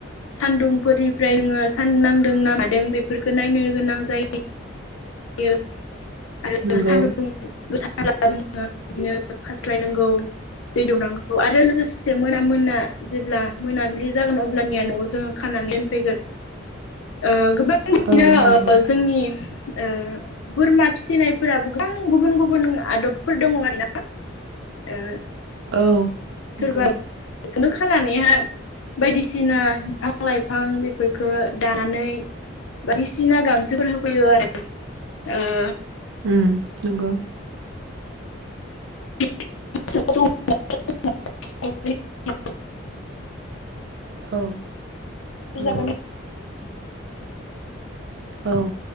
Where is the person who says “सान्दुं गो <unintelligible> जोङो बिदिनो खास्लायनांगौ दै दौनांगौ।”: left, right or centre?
Left